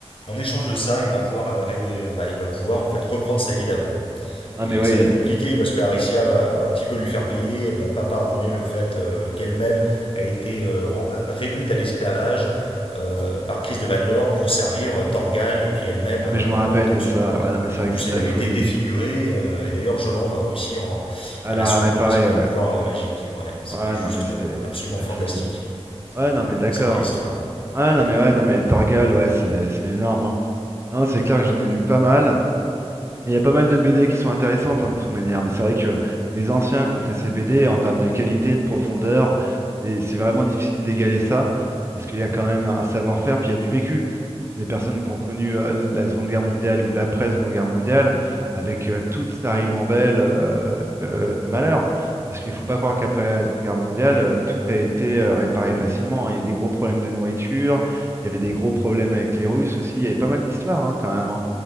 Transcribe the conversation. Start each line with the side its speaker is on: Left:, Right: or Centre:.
Left: En échange de ça, il va pouvoir, euh, ré- bah, il va pouvoir en fait reprendre sa vie d'avant.
Right: Non
Left: Et
Right: mais ouais,
Left: ça va être
Right: il,
Left: compliqué parce que Aricia va un petit peu lui faire payer. Elle va pas pardonner le fait euh, qu'elle-même a été euh, euh, réduite à l'esclavage euh, par Chris de Valnor pour servir euh, Torgal et puis elle-même
Right: Ah
Left: euh,
Right: mais je m'en rappelle
Left: en tant
Right: de
Left: que
Right: ça.
Left: Saul.
Right: Ouais, non mais c'est
Left: Et en
Right: vrai
Left: plus,
Right: que c'est de
Left: elle
Right: la
Left: avait
Right: folie.
Left: été défigurée. euh, et d'ailleurs, Jolan va réussir en-
Right: Ah
Left: à
Right: la
Left: la soigner
Right: réparer,
Left: parce qu'il a
Right: ouais.
Left: des pouvoirs euh, magiques. Ouais, c'était
Right: Ouais,
Left: juste
Right: non mais c'est
Left: euh,
Right: c'est
Left: absolument
Right: de la
Left: fantastique.
Right: folie. Ouais,
Left: Ouais,
Right: non mais d'accord.
Left: une sacrée histoire.
Right: Ouais,
Left: Ouais,
Right: non mais ouais, non mais Torgal, ouais, c'est c'est énorme. hein. Non, c'est clair que j'en ai lu pas mal. Mais il y a pas mal de BD qui sont intéressantes hein, de toute manière. Mais c'est vrai que les anciens qui ont fait ces BD en termes de qualité, de profondeur, c'est c'est vraiment difficile d'égaler ça. Parce qu'il y a quand même un savoir-faire, puis il y a du vécu. des personnes qui ont connu euh, la Seconde Guerre mondiale ou l'après-Seconde Guerre mondiale avec euh, toute sa ribambelle euh, de, de malheurs. Parce qu'il ne faut pas croire qu'après la Seconde Guerre mondiale, euh, tout a été euh, réparé facilement. Il y a eu des gros problèmes de nourriture, il y avait des gros problèmes avec les Russes aussi, il y avait pas mal d'histoires hein, quand même. hein.